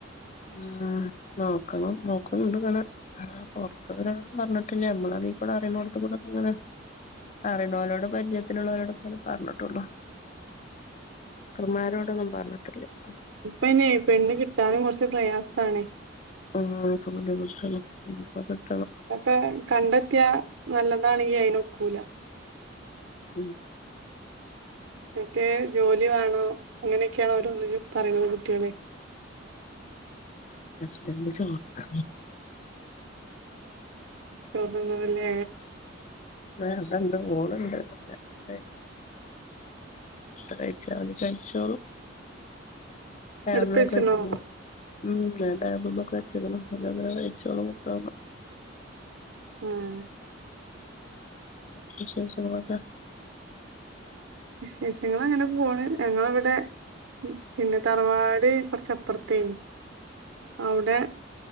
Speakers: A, on the left (about 35°); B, on the right (about 80°).
A: ആഹ് മക്കളും നോക്കുന്നുണ്ട്ങ്ങെ പുറത്തു വരാ പറഞ്ഞ ഇല്ല്യ നമ്മളതീ കൂടെ അറിയണോടുത്ത കൂടെങ്ങനെ അറിണോലോടും പരിചയത്തിലുള്ളവരോട് പറഞ്ഞിട്ടുള്ളൂ കർമാരോടൊന്നും പറ <unintelligible>
B: ഇപ്പന്നെ പെണ്ണ് കിട്ടാനും കുറച്ച് പ്രയാസാണ്
A: <unintelligible>
B: അപ്പൊ കണ്ടെത്തിയ നല്ലതാണെങ്കി അയിനോക്കൂല
A: ഉം
B: മറ്റേ ജോലി വേണോ അങ്ങനെക്ക്യാണോരോന്ന് പറയുന്നത് കുട്ട്യാളെ
A: ഹസ്ബൻഡ് ചോർക്ക
B: ചോർ തിന്ന്ണില്ലെ
A: ആ വ്ടെണ്ട് മോള് ണ്ട് ഫുഡ്‌ കയിച്കാണ്ട് <unintelligible> കഴിച്ചോളും ടേബിൾമൊക്കെ
B: എടുത്ത് വെച്ച്ണോ
A: വെച്ച്ക്ക്ണ് ഉം ടേബിൾമ്മേ ഒക്കെ വെച്ച്ക്ക്ണ് അങ്ങനെ കഴച്ചോള മൊത്ത
B: ആഹ്
A: വിശേഷങ്ങളൊക്കെ
B: വിശേഷങ്ങളങ്ങനെ പോണ് ഞങ്ങളവിടെ പിന്നെ തറവാട് കൊറച്ചപ്പർത്തേനി അവ്ടെ